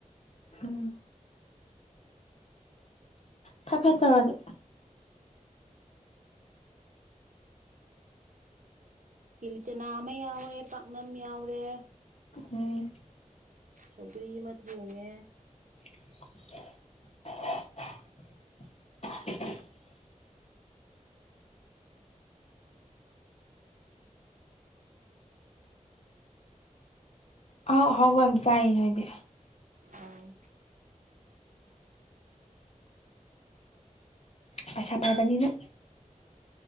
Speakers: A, on the left (about 55°); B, on the right (about 75°).
A: ꯎꯝ ꯐꯠ ꯐꯠ ꯇꯧꯔꯗꯤ
B: ꯀꯤ ꯂꯤꯆꯅꯥ ꯑꯃ ꯌꯥꯎꯔꯦ ꯄꯥꯛꯅꯝ ꯌꯥꯎꯔꯦ
A: ꯎꯝ
B: ꯁꯧꯒ꯭ꯔꯤ ꯑꯃ ꯊꯣꯡꯉꯦ
A: <inaudible> ꯑꯍꯥꯎ ꯑꯍꯥꯎꯕ ꯌꯥꯝ ꯆꯥꯏ ꯅꯣꯏꯗꯤ
B: ꯑꯧ
A: ꯄꯩꯁꯥ ꯄꯥꯢꯕꯅꯤꯅ